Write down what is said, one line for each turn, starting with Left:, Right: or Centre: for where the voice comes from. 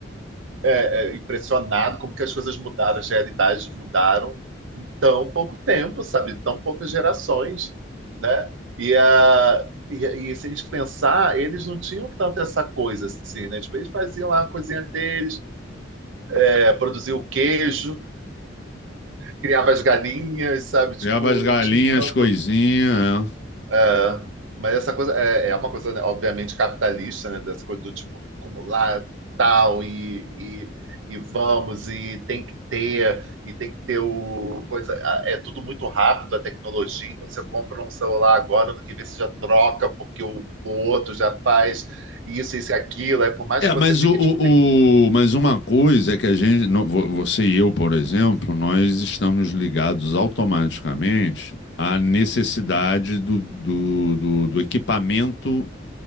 Right: é, é, impressionado como que as coisas mudaram, as realidades mudaram em tão pouco tempo, sabe? Tão poucas gerações, né? E, a, e, e se a gente pensar, eles não tinham tanto essa coisa assim, né? Tipo, eles faziam lá a coisinha deles, é, produziam o queijo, criavam as galinhas, sabe? Tipo,
Left: Criava as galinhas,
Right: não tinha tanto
Left: coisinha.
Right: É, mas essa coisa é, é uma coisa, né, obviamente, capitalista, né? Dessa coisa do tipo acumular tal e, e, e vamos, e tem que ter, e tem que ter o coisa. É tudo muito rápido a tecnologia, então você compra um celular agora, no que vê você já troca, porque o, o outro já faz isso, isso e aquilo. Aí por mais
Left: É,
Right: que
Left: É,
Right: você
Left: mas
Right: fique,
Left: o, o,
Right: tipo assim.
Left: o- mas uma coisa é que a gente, no- vo- você e eu, por exemplo, nós estamos ligados automaticamente à necessidade do, do, do do equipamento